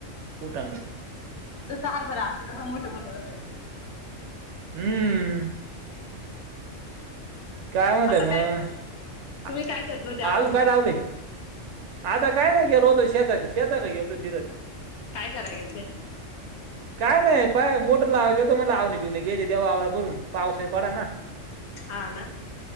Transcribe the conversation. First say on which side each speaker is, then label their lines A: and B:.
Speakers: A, on the right; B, on the left.
A: भूटन.
B: जसं हारभरं असलं तस मोठे मोठे होते
A: हम्म काय म्हणत
B: आता
A: मग
B: काय तुम्ही काय करत होते आता
A: अजून काय
B: मग
A: लावलंय आता काय नाही गेलो होतो शताक शताक गेलतो फिरत
B: काय कराय गेलते
A: काय नाही पाय मोटर लावा गेल तो मला आवणी बिवणी गेय तेव आववररा भरून पावसाही पडा ना.
B: ह ना